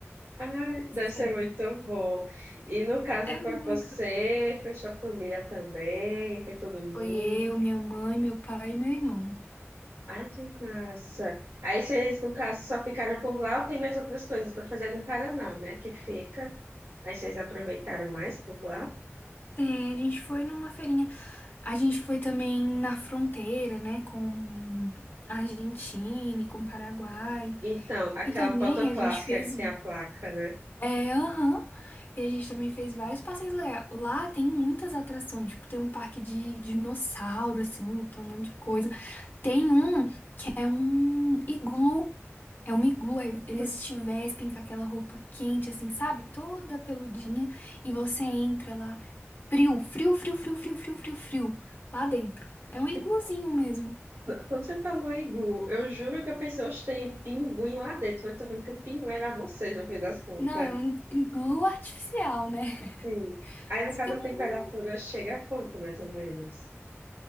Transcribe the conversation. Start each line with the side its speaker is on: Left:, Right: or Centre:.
Right: Ai, deve ser
Left: Sério.
Right: muito bom. E no caso
Left: É muito.
Right: foi você, foi sua família também, foi todo mundo.
Left: Foi eu, minha mãe, meu pai e meu irmão.
Right: Ai, que massa. Aí vocês, no caso, só ficaram por lá ou tem mais outras coisas para fazer no Paraná, né? Que fica. Aí vocês aproveitaram mais por lá.
Left: Tem, a gente foi numa feirinha. A gente foi também na fronteira, né, com a Argentina e com o Paraguai.
Right: Então, aquela
Left: E também
Right: foto
Left: a
Right: clássica
Left: gente fez.
Right: que tem a placa, né?
Left: É, aham. E a gente também fez vários passeios legais. Lá tem muitas atrações, tipo, tem um parque de dinossauro, assim, tem um monte de coisa. Tem um. É um iglu. É um iglu. Aí eles
Right: Putz,
Left: te vestem com aquela roupa quente, assim, sabe? Toda peludinha. E você entra lá, frio, frio, frio, frio, frio, frio, frio, frio. Lá dentro. É um
Right: que-
Left: igluzinho mesmo.
Right: Quando você falou Igu, eu juro que eu pensei, hoje tem pinguim lá dentro, mas tô vendo que o pinguim era vocês, no fim das contas.
Left: Não, é um iglu artificial, né? <laughs>
Right: Sim. Aí, no
Left: Fica
Right: caso, a
Left: muito.
Right: temperatura chega a quanto, mais ou menos?